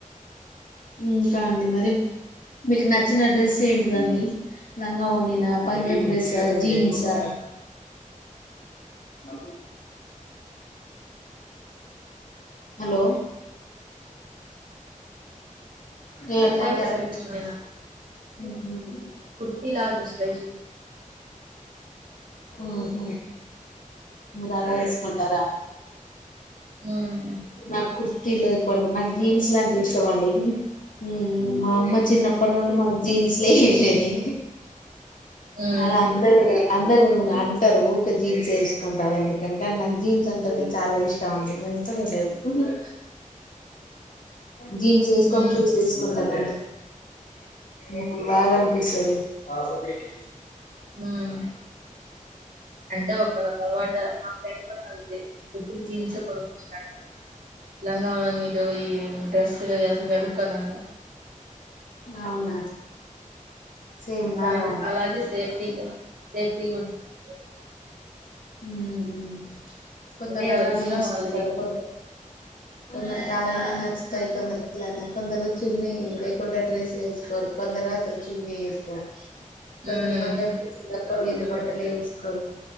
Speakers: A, on the left; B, on the right.
A: ఊకాండి మరి మీకు నచ్చిన డ్రెస్ ఏంటిదండి లంగా ఒోణిన పంజబ్ డ్రెస జీన్సా ఊ.. హలో ఏ
B: పంజాబీ
A: పన్
B: డ్రెస్ అంటే ఇష్టమేనా
A: <unintelligible>
B: కుర్తి లాగు స్ర్టైజెయ్
A: మ్మ్ హ్మ్ మీరు అలా ఏసుకుంటారా
B: హ్మ్
A: నాక్ కుర్తిలేక్ పోయిన నాకు జీన్స్ లాంటె ఇష్టం అండి మ్మ్ మా అమ్మ చిన్నప్పటి నుండి మాకు జీన్స్లే ఏసేది
B: మ్మ్
A: అలా అందర్వి అన్ అందరు అంటరు ఊకే జీన్స్ ఏస్కుంటావ్ ఎందుకని కాని నాక్ జీన్స్ అంటేనే చాలా ఇష్టం అండి ఎంద్ మ్మ్ హ్మ్ జీన్స్ ఏసుకొని
B: మ్మ్
A: షూస్ ఏసుకుంటానండి బాగా అనిపిస్తాది ఆ ఒప్పిడికి
B: మ్మ్ అంటే ఒకళ్ళకి అలవాట మా ఫ్రెండ్ కూడా అంతే ఎప్పుడు జీన్సే కొనుకునె ఇంటాంట లంగావోణీలు ఈ డ్రస్సులు అసలు కదు అంట
A: అవునా సేమ్ నాలానే
B: తనకి అలాగే సేఫ్టీగా సేఫ్టీగ్ ఉంటది
A: మ్మ్ కొందరు
B: అంటే ఎవరి
A: అలానే
B: ఇష్టం
A: ఏసుకుంటారు
B: వాళ్ళది
A: కొందర్ కొందరికి అలానే నచ్చుతాయి కొందర్కి ఇలానా కొందరు చున్నీ లేకుండా డ్రస్ ఏసుకోరు కొందరు అసలు చున్నీ ఏసుకోరు
B: హ్మ్.
A: కొందరు పంజాబీ డ్రెస్సులు తప్ప వేరే బట్టలే ఏసుకోరు.